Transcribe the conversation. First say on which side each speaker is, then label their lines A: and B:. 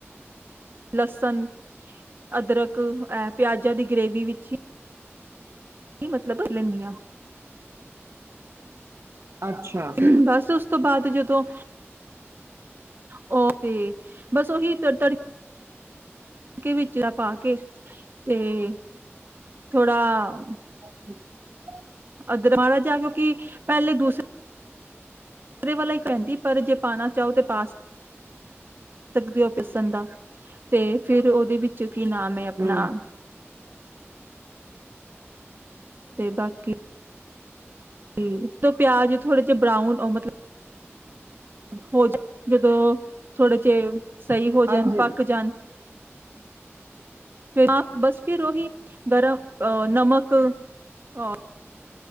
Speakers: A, on the right; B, on the right.
A: ਲਸਣ ਅਦਰਕ ਆ ਪਿਆਜਾ ਦੀ ਗ੍ਰੇਵੀ ਵਿੱਚ ਹੀ ਮਤਲਬ ਲੈਂਦੀ ਆ
B: ਅੱਛਾ
A: <unintelligible> ਉਸ ਤੋਂ ਬਾਅਦ ਜਦੋਂ ਉਹ ਤੇ ਬਸ ਉਹੀ ਤ ਤਰੀ ਕੇ ਵਿਚਲਾ ਪਾ ਕੇ ਤੇ ਥੋੜਾ ਹਾਂ।
B: <inaudible>
A: ਅਦਰਕ ਮਾੜਾ ਜਿਹਾ ਕਿਉਕਿ ਪਹਿਲੇ ਦੂਸਰੇ ਵਾਲਾ ਹੀ ਕਹਿੰਦੀ ਪਰ ਜੇ ਪਾਉਣਾ ਚਾਹੋ ਤੇ ਪਾਸ ਸਕਦੇ ਹੋ ਪਿਸਣ ਦਾ ਤੇ ਫਿਰ ਉਹਦੇ ਵਿੱਚ ਕੀ ਨਾਮ ਹੈ ਆਪਣਾ
B: ਹਮ
A: ਤੇ ਬਾਕੀ ਤੇ ਤੋਂ ਪਿਆਜ ਥੋੜੇ ਜਹੇ ਬਰਾਊਨ ਉਹ ਮਤਲਬ ਹੋ ਜਾਣ ਜਦੋਂ ਥੋੜੇ ਜੇ ਸਹੀ ਹੋ
B: ਹਾਂਜੀ
A: ਜਾਣ, ਪੱਕ ਜਾਣ ਫਿਰ ਨਾ ਬਸ ਫਿਰ ਉਹੀ ਗਰਮ ਅ ਨਮਕ ਅ ਔਰ